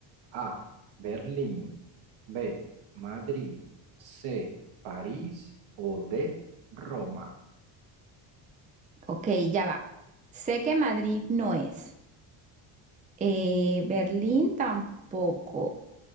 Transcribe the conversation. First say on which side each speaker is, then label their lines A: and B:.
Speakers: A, on the right; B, on the right.
A: A. Berlín. B. Madrid. C. París. O D. Roma.
B: Ok, ya va. Sé que Madrid no es, eh, Berlín tampoco,